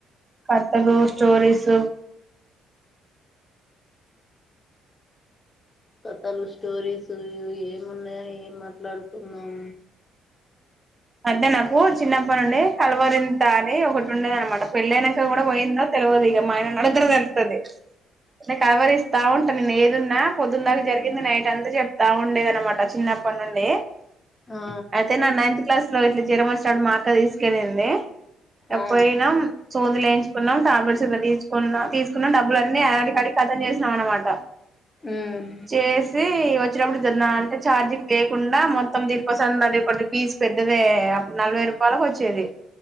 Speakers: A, on the right (about 30°); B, on the left (about 25°).
A: కథలు స్టోరీస్
B: కథాలు స్టోరీస్ ఏమున్నాయని ఏం మాట్లాడుకుందాం
A: <inaudible> అంటే నాకు చిన్నప్పటి నుండి కలవరింత అని ఒకటి ఉండేది అన్న మాట పెళ్ళనాక కూడా పోయిందో తెల్వదు ఇక మాయన నడద్రతుది కవరిస్తా <inaudible> ఉంట అంట నేను ఏదున్నా పొద్దున్నందాక జరిగింది నైట్ అంతా చెప్తా ఉండేది అనమాట చిన్నప్పటి నుండి
B: ఆ
A: అయితే నా నైన్త్ క్లాస్ లో ఇట్లా జ్వరం వచ్చినప్పుడు మా అక్క తీసుకపోయింది
B: ఆ
A: పోయనం సూదులు ఎంచుకున్నాం ట్యాబ్లెట్ తీకు తీసుకున్న డబ్బులన్నీ ఆడికి ఆడికి కతం చేసినాం అన్న మాట
B: ఉమ్
A: చేసి వ చ్చినప్పుడు తిన్నా అంటే ఛార్జింగ్ లేకుండా మొత్తం దిల్పసంద్ అది ఒకటి పీస్ పెద్దదే అపుడు నలభై రూపాయలకు వచ్చేది